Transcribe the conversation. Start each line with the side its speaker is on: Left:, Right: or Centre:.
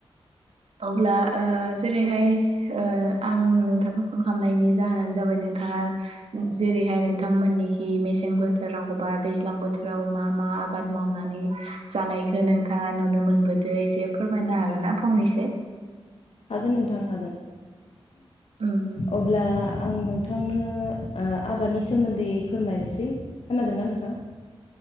Right: अब्ला ओ जेरैहाय ओ आं नोंथांखौ फन खालामनायनि जाहोनानो जाबाय नोंथाङा जेरैहाय नोंथांमोननिखि मेसें बोथोराव बा दैज्लां बोथोराव मा मा आबाद मावनानै जानायखौ नोंथाङा नुनो मोनबोदों एसे फोरमायनो हागोन ना फंनैसो?
Left: हागोन नोंथां हागोन
Right: उम
Left: अब्ला आं नोंथांनो आबादनि सोमोन्दै फोरमायनोसै। खोनादोंना नोंथां?